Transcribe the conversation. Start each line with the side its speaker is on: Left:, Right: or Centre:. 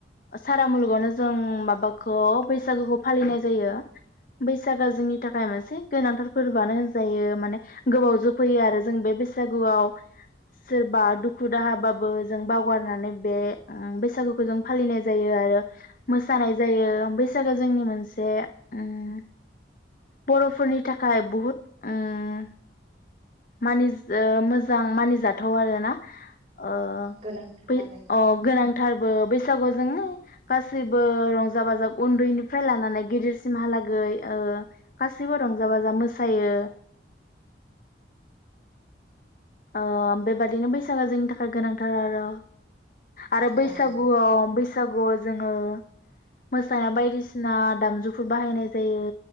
Left: सारा मुलुगावनो जों माबाखौ बैसागुखौ फालिनाय जायो बैसागोआ जोंनि थाखाय मोनसे गोनांथार फोरबोआनो होनजायो माने गोबावजो फैयो आरो जों बे बैसागुआव सोरबा दुखु दाहाबाबो जों बावगारनानै बे बैसागोखौ जों फालिनाय जायो आरो मोसानाय जायो बैसागोआ जोंनि मोनसे ओम बर'फोरनि थाखाय बहुत ओम मानि मोजां मानिजाथ थाव आरो ना अ
Right: गोनांथार
Left: बै
Right: आरो
Left: ओ गोनांथारबो बैस बैसागुआव जोङो गासैब बो रंजा बाजा उन्दैनिफ्राय लानानै गिदिरसिमहालागै ओ गासिबो रंजा बाजा मोसायो ओ बेबादिनो बैसागोआ जोंनि थाखाय गोनांथार आरो आरो बैसागुआव
Right: औ
Left: बैस सागुआव जोङो मोसानाय बायदिसिना दामजुफोर बाहायनाय जायो